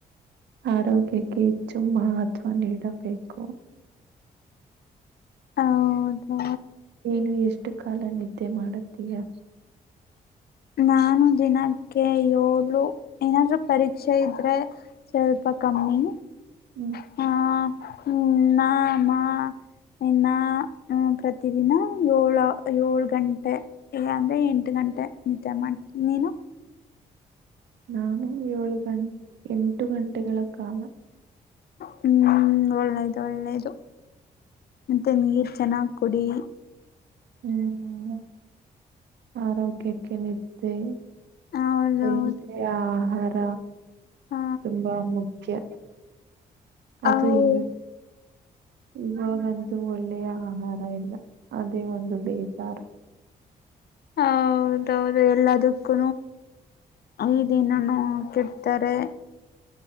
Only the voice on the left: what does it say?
ಹೌದು
ನಾನು ದಿನಕ್ಕೆ ಏಳು ಏನಾದ್ರು ಪರೀಕ್ಷೆ ಇದ್ರೆ ಸ್ವಲ್ಪ ಕಮ್ಮಿ
ಹ ಹ್ಮ ನ ಅಮ್ಮ ಇ ಹ್ಮ ಪ್ರತ ದಿನ ಏಳು ಏಳು ಗಂಟೆ ಅಂದ್ರೆ ಎಂಟು ಗಂಟೆ ಮತ್ಯ ಮಾಡ ನೀೇನು
ಹ್ಮ್ ಒಳ್ಳೇದು ಒಳ್ಳೇದು ಮತ್ತೆ ನೀರ್ ಚೆನ್ನಾಗ್ ಕುಡಿ
ಹೌದೌದು
ಹ
ಹೌದು
ಹೌದೌದು ಎಲ್ಲದು ಕ್ಕ ಈ ದನನು ಕೆಡ್ತಾರೆ